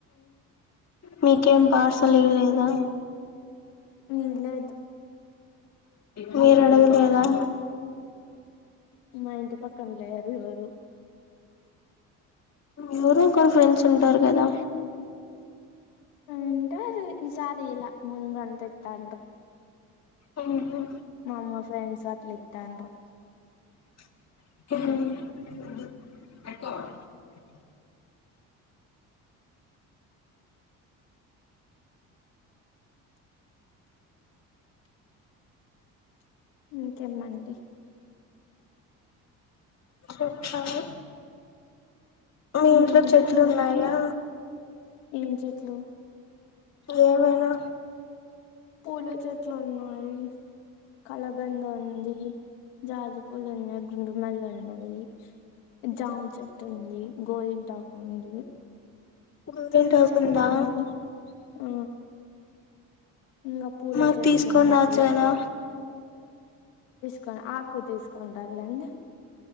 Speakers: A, on the left; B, on the left.
A: మీకేం పార్సల్ ఇవ్వలేదా
B: ఇలేదు
A: మీరు అడగలేదా
B: మా ఇంటి పక్కన లేరు ఎవరు
A: ఎవరో ఒకరు ఫ్రెండ్స్ ఉంటారు కదా
B: ఉంటరు ఈసారి ఇలా ముందువి అంత ఇత్తండ్రు
A: ఆహ
B: మా అమ్మ ఫ్రెండ్స్ అట్ల ఇత్తండ్రు
A: హ్మ్
B: ఇంకేమ్మండి
A: చెప్పాలి మీ ఇంట్లో
B: ఏం
A: చెట్లు
B: లేదు
A: ఉన్నాయా
B: ఏం చెట్లు
A: ఏమేనా
B: పూల చెట్లు ఉన్నాయి కలబంద ఉంది, జాజి పూలు ఉన్న గుండుమల్లె ఉన్నవి. జామ్ చెట్టు ఉంది, గోరింటాకు ఉంది.
A: గోరింటాకుందా
B: తుల్సి చెట్టు ఉంది ఆ ఇంగ పూల
A: మాకు
B: చెట్లు
A: తీసుకొని
B: ఉన్నవీ
A: రావచ్చు కదా
B: తొని ఆకు తీసుకుండళ్ళండి